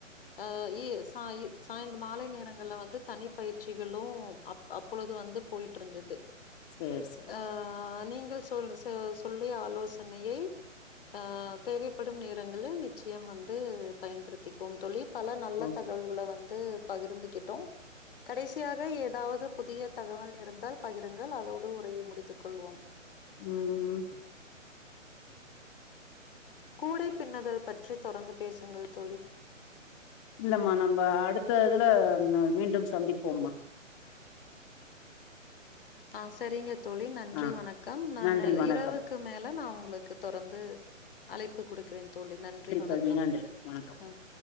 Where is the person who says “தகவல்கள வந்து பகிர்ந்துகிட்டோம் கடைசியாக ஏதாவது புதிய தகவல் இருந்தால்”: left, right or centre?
Left